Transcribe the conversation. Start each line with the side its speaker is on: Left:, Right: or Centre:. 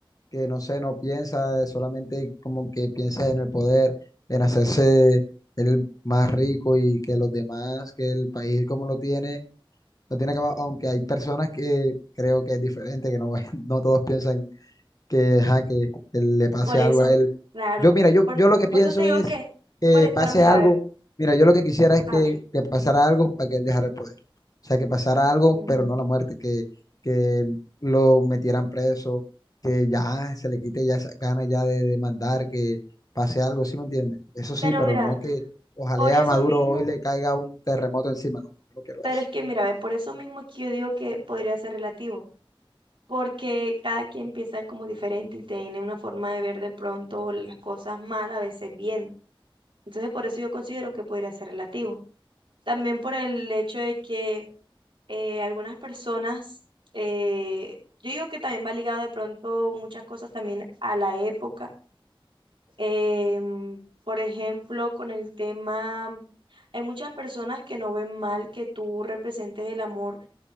Left: que no sé, no piensa, eh, solamente como que piensa en el poder, en hacerse el más rico y que los demás, que el país como lo tiene, lo tiene acabado, aunque hay personas que creo que es diferente, que no, <laughs> no todos piensan que, ajá, que, que le pase
Right: Por eso,
Left: algo a él.
Right: claro.
Left: Yo, mira, yo,
Right: Por,
Left: yo lo que
Right: por
Left: pienso
Right: eso te digo
Left: es
Right: que,
Left: que
Right: por e-
Left: pase
Right: pero mira,
Left: algo.
Right: a ver,
Left: Mira, yo lo que quisiera es
Right: a
Left: que,
Right: ver,
Left: que pasara algo para que él dejara el poder. O sea, que pasara algo,
Right: mm,
Left: pero no la muerte, que, que lo metieran preso, que ya se le quite ya esa gana ya de demandar, que pase algo, ¿sí me entiendes? Eso sí,
Right: pero
Left: pero
Right: mira,
Left: no que ojalá
Right: por eso
Left: a Maduro
Right: mismo,
Left: hoy le caiga un terremoto encima, no, yo no quiero
Right: pero
Left: eso.
Right: es que mira, ve, por eso mismo es que yo digo que podría ser relativo, porque cada quien piensa como diferente y tiene una forma de ver de pronto las cosas mal, a veces bien. Entonces, por eso yo considero que podría ser relativo. También por el hecho de que eh, algunas personas, eh, yo digo que también va ligado de pronto muchas cosas también a la época Em, por ejemplo, con el tema, hay muchas personas que no ven mal que tú representes el amor, o